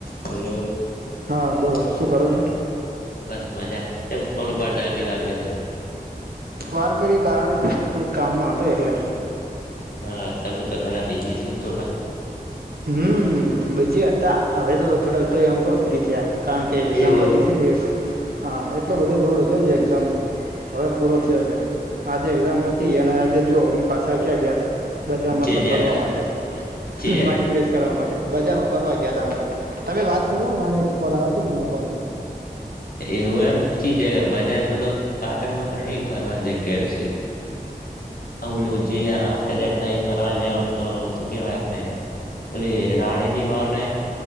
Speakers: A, on the left (about 70°); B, on the right (about 80°).
A: હલો
B: હા બોલો
A: હ
B: શું કરો છો
A: બસ મજા કેમ ફોન ઉપાડતા આટલી વાર કરી
B: વાર કરી કારણ કે થોડુંક કામમાં હતો એટલે
A: હા તમે તો ઘણા બિઝી છો ને થોડા
B: હમ બીઝી હતા હવે તો થોડાક તો એમ કહોફ્રી થયા કારણ કે એક્ઝામ
A: એવું
B: પતી છે હા એટલો બધો લોડ હતો જે એક્ઝામનો હવે પૂરો થયો છે આજે એક્ઝામ પતી અને આજે જોઓ મે પાછા ક્યાં ગયા હતા બજારમાં
A: જે
B: મસ્ત
A: ગયા
B: ફરવા
A: તા
B: માટે
A: જે
B: માઈન્ડ ફ્રેશ કરવા માટે બજારમાં ફરવા ગયા હતા એમ તો તમે વાત કરો મારે એક કોલ આવે છે હું ઉપાડું
A: એવું એમ ચી જગ્યા બજારમાં તો પાટણમાં ઘણી ફરવાની જગ્યાઓ છે ઓલું જે આ જાગતા ફરવા જાવ તો શું કહેવાય આપને ઓલી રાણીની વાાવ નહી